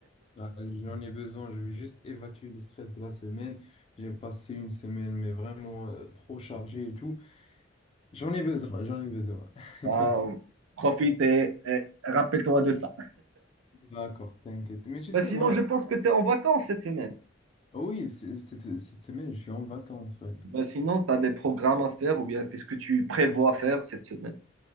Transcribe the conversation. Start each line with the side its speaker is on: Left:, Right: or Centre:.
Left: Ah, bah, J'en ai besoin, je vais juste évacuer le stress de la semaine. J'ai passé une semaine, mais vraiment euh, trop chargée et tout. J'en ai besoin, j'en ai besoin.
Right: Waouh,
Left: <laughs>
Right: profite et, et rappelle-toi de ça.
Left: D'accord, t'inquiète. Mais tu
Right: Ben,
Left: sais,
Right: sinon,
Left: moi,
Right: je pense que tu es en vacances cette semaine.
Left: oui, c'est- cette, cette semaine, je suis en vacances, ouais.
Right: Ben, sinon, tu as des programmes à faire ou bien qu'est-ce que tu prévois faire cette semaine?